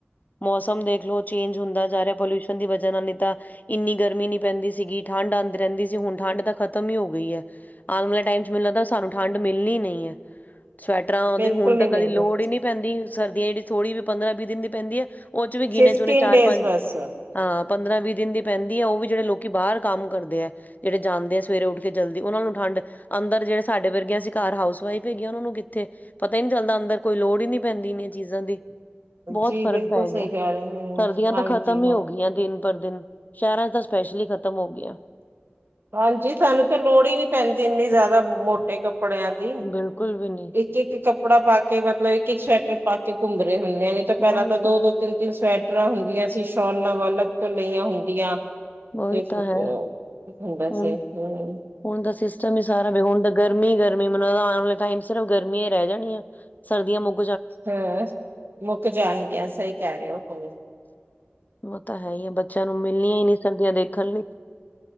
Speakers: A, on the left (about 40°); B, on the right (about 60°).
A: ਮੌਸਮ ਸਮ ਦੇਖ ਲਓ। ਚੇਂਜ ਹੁੰਦਾ ਜਾ ਰਿਹਾ, 'ਪੋਲਿਊਸ਼ਨ' ਦੀ ਵਜਾ ਜਣਾ ਨਹੀਂ ਤਾਂ ਇੰਨੀ ਗਰਮੀ ਨੀ ਪੈਂਦੀ ਸੀਗੀ ਠੰਢ ਆਂਦੀ ਰਹਿੰਦੀ ਸੀ, ਹੁਣ ਠੰਡ ਤਾਂ ਖ਼ਤਮ ਹੀ ਹੋ ਗਈ ਏ। ਆਣ ਵਾਲੇ ਟਾਈਮ ਚ ਮੈਨੂੰ ਲਗਦਾ ਸਾਨੂੰ ਠੰਢ ਮਿਲਣੀ ਨਹੀਂ ਏ। ਸਵੈਟਰਾਂ
B: ਬਿਲਕੁਲ
A: ਦੀ ਹੁਣ ਤਾਂ
B: ਨੀ ਮਿਲਣੀ
A: ਕਦੀ ਲੋੜ ਹੀ ਨਹੀਂ ਪੈਂਦੀ। ਸਰਦਿਆਂ ਜਿੜੀ ਥੋੜੀ ਵੀ ਪੰਦਰਾਂ ਵੀਹ ਦਿਨ ਦੀ ਪੈਂਦੀ ਏ। ਔਚ ਵੀ ਗਿਣੇ
B: ਫਿਫਟੀਨ
A: ਚੁਣੇ ਚਾਰ
B: ਡੇਜ਼
A: ਪੰਜ,
B: ਬਸ
A: ਹਾਂ। ਪੰਦਰਾਂ ਵੀਹ ਦਿਨ ਦੀ ਪੈਂਦੀ ਏ ਔ ਵੀ ਜਿਹੜੇ ਲੋਕੀ ਬਾਹਰ ਕੰਮ ਕਰਦੇ ਏ ਜਿਹੜੇ ਜਾਂਦੇ ਆ ਸਵੇਰੇ ਉੱਠ ਕੇ ਜਲਦੀ ਔਨਾਂ ਨੂੰ ਠੰਡ ਅੰਦਰ ਜਿਹੜੇ ਸਾਡੇ ਵਰਗੀਆਂ ਸੀ ਘਰ ਹਾਊਸ ਵਾਈਫ ਹੈਗੀ ਆ ਔਨਾਂ ਨੂੰ ਕੀ ਇੱਥੇ ਪਤਾ ਹੀ ਨਹੀਂ ਚੱਲਦਾ ਅੰਦਰ ਕੋਈ ਲੋੜ ਹੀ ਨਹੀਂ ਪੈਂਦੀ ਇਨੀਆਂ ਚੀਜ਼ਾਂ ਦੀ। ਬਹੁਤ
B: ਜੀ
A: ਫ਼ਰਕ
B: ਬਿਲਕੁਲ
A: ਪੈ
B: ਸਹੀ
A: ਗਿਆ,
B: ਕਹਿ ਰਹੇ
A: ਕੁਆਲੱਟੀਆਂ
B: ਹਾਂਜੀ
A: ਤਾਂ ਖਤਮ
B: ਹਾਂ
A: ਹੀ ਹੋ ਗਈਆਂ ਦਿਨ ਪਰ ਦਿਨ। ਸ਼ਹਿਰਾਂ ਚ ਤਾਂ ਸਪੈਸ਼ਲੀ ਖ਼ਤਮ ਹੋ ਗਿਆ।
B: ਹਾਂਜੀ, ਸਾਨੂੰ ਤੇ ਲੋੜ ਹੀ ਨੀ ਪੈਂਦੀ ਇੰਨੀ ਜ਼ਿਆਦਾ ਮੋਟੇ ਕੱਪੜਿਆਂ ਦੀ। ਇ
A: ਬਿਲਕੁਲ ਵੀ ਨਹੀਂ
B: ਇੱਕ ਕੱਪੜਾ ਪਾ ਕੇ ਰੱਖਦਾ ਇੱਕ-ਇੱਕ ਸਵੈਟਰ ਪਾ ਕੇ ਘੁੰਮਦਾ ਤੇ ਹੁਨੇ ਆ ਨੀ ਪਹਿਲਾਂ
A: ਉਹੀ
B: ਤਾਂ
A: ਤੇ
B: ਦੋ-ਦੋ ਤਿੰਨ-ਤਿੰਨ ਸਵੈਟਰ <unintelligible> ਹੁੰਦੀਆਂ ਸੀ ਸ਼ੋਲਾਂ ਵ ਅਲੱਗ ਤੋਂ ਲਈਆਂ ਹੁੰਦੀਆਂ
A: ਉਹੀ
B: <unintelligible>
A: ਤਾਂ ਹੈ
B: ਹੁੰਦਾ ਸੀ
A: ਹੁਣ
B: ਹੁੰ।
A: ਹੁਣ ਦੱਸ ਸਮਜ ਹੀ ਸਾਰਾ ਵੇ ਹੁਣ ਤਾਂ ਗਰਮੀ ਗਰਮੀ ਮੈਨੂੰ ਤ ਲਗਦੈ ਆਣ ਵਾਲੇ ਟਾਈਮ ਸਿਰਫ਼ ਗਰਮੀਆਂ ਹੀ ਰਹਿ ਜਾਣੀਆਂ। ਸਰਦੀਆਂ ਮੁਕ
B: ਹ ਮੁੱਕ ਜਾਣਗੀਆਂ ਸਹੀ ਕਹਿ ਰਹੇ ਹੋ ਹੁੰ।
A: ਔ ਤਾਂ ਹੈ ਹੀ ਐ। ਬੱਚਿਆਂ ਨੂੰ ਮਿਲਣੀਆਂ ਹੀ ਨਹੀਂ ਸਰਦੀਆਂ ਦੇਖਣ ਲਈ